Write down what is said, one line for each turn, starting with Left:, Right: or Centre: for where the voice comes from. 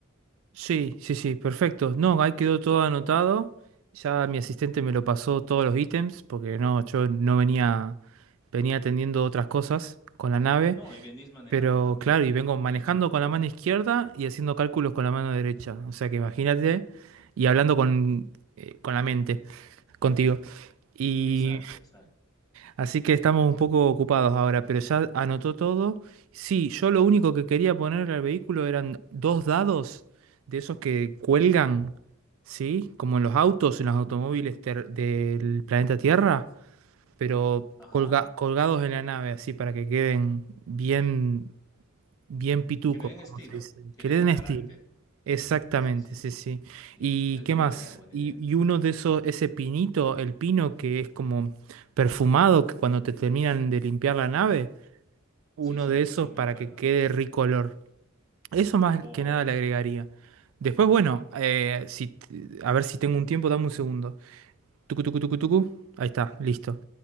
Right: Sí, sí, sí, perfecto. No, ahí quedó todo anotado. Ya mi asistente me lo pasó todos los ítems, porque no, yo no venía, venía atendiendo otras cosas con la nave.
Left: No, y venís manejando
Right: Pero
Left: también,
Right: claro,
Left: ¿verdad?
Right: y vengo
Left: Te entiendo.
Right: manejando con la mano izquierda y haciendo cálculos con la mano derecha. O sea que imagínate,
Left: Eh,
Right: y hablando con, eh, con la mente, contigo. Y
Left: Exacto, exacto.
Right: Así que estamos un poco ocupados ahora, pero ya anotó todo. Sí, yo lo único que quería poner al vehículo eran dos dados de esos que cuelgan, ¿sí? Como en los autos, en los automóviles ter- del planeta Tierra, pero
Left: Ajá.
Right: colga- colgados en la nave, así para que queden bien Bien pituco,
Left: Que le den
Right: como
Left: estilo,
Right: se dice.
Left: que
Right: Que
Left: le
Right: le
Left: den
Right: den
Left: carácter.
Right: estilo. Exactamente,
Left: Sí, sí,
Right: sí, sí.
Left: sí,
Right: ¿Y
Left: sí. Es
Right: qué
Left: buena
Right: más?
Left: idea, buena
Right: Y,
Left: idea.
Right: y uno de esos, ese pinito, el pino que es como perfumado, que cuando te terminan de limpiar la nave, uno
Left: Sí, sí,
Right: de esos
Left: sí, me
Right: para
Left: acuerdo.
Right: que quede rico olor. Eso más
Left: Oh,
Right: que nada le agregaría. Después, bueno,
Left: ok.
Right: eh, si, t- a ver si tengo un tiempo, dame un segundo. Tucu, tucu, tucu, tucu. Ahí está, listo.